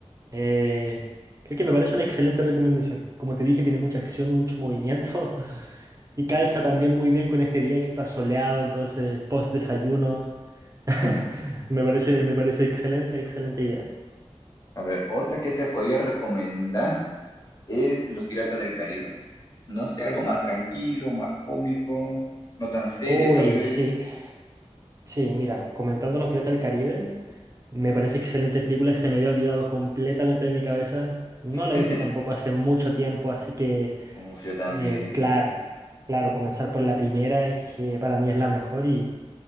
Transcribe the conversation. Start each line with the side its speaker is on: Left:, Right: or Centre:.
Right: Eh, Creo que me parece una excelente recomendación. Como te dije, tiene mucha acción, mucho movimiento. <laughs> Y calza también muy bien con este día que está soleado, entonces post desayuno.
Left: <clears throat>
Right: <laughs> Me parece, me parece excelente, excelente idea.
Left: A ver, otra que te podría recomendar es Los Piratas del Caribe. No sé, algo más tranquilo, más cómico, no tan serio
Right: Uy,
Left: tal vez.
Right: sí, sí, mira, comentando Los Piratas del Caribe, me parece excelente película, se me había olvidado completamente de mi cabeza, no
Left: <laughs>
Right: la he visto tampoco hace mucho tiempo, así que,
Left: Uf, yo también.
Right: eh, claro,
Left: ¿no?
Right: claro, comenzar por la primera, que para mí es la mejor, y,